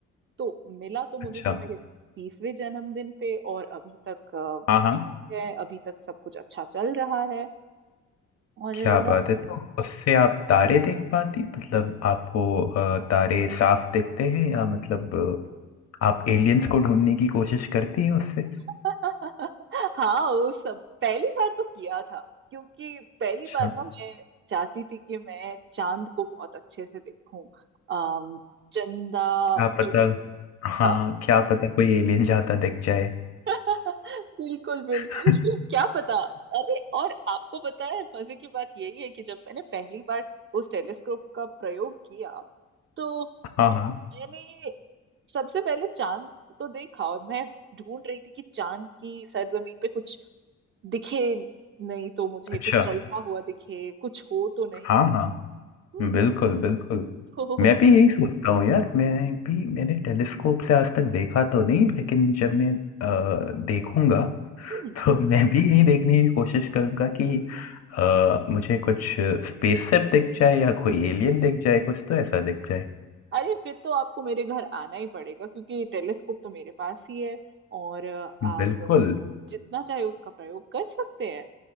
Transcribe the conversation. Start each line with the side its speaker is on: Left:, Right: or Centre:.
Right: तो मिला तो मुझे
Left: अच्छा
Right: वो मेरे तीसवें जन्मदिन पे और अभी तक अ,
Left: हाँ हाँ
Right: ठीक है अभी तक सब कुछ अच्छा चल रहा है और
Left: क्या
Right: अ, मैं
Left: बात है तो उससे आप तारे देख पाती मतलब आपको अ, तारे साफ दिखते हैं या मतलब अ, आप एलियंस को ढूंढने की कोशिश करती हैं उससे
Right: <laughs> हाँ वो सब पहली बार तो किया था क्योंकि पहली
Left: अच्छा
Right: बार ना मैं चाहती थी कि मैं चांद को बहुत अच्छे से देखूं अम, चंदा
Left: क्या पता
Right: जो
Left: हाँ
Right: था
Left: क्या पता कोई एलियन जाता दिख जाए
Right: <laughs> बिल्कुल बिल्कुल
Left: <laughs>
Right: <laughs> क्या पता अरे और आपको पता है मजे की बात यही है कि जब मैंने पहली बार उस टेलीस्कोप का प्रयोग किया तो
Left: हाँ हाँ
Right: मैंने सबसे पहले चांद तो देखा और मैं ढूंढ रही थी कि चांद की सरजमीन पे कुछ दिखे नहीं तो मुझे
Left: अच्छा
Right: कुछ चलता हुआ दिखे कुछ हो तो नहीं
Left: हाँ हाँ
Right: हम्म
Left: बिल्कुल बिल्कुल
Right: तो
Left: मैं भी यही सोचता हूँ यार मैं भी मैंने टेलीस्कोप से आज तक देखा तो नहीं लेकिन जब मैं अ, देखूंगा
Right: हम्म
Left: तो मैं भी यही देखने की कोशिश करूंगा कि अ, मुझे कुछ स्पेसशिप दिख जाए या कोई एलियन दिख जाए कुछ तो ऐसा दिख जाए
Right: अरे फिर तो आपको मेरे घर आना ही पड़ेगा क्योंकि टेलीस्कोप तो मेरे पास ही है और अ, आप
Left: बिल्कुल
Right: जितना चाहे उसका प्रयोग कर सकते हैं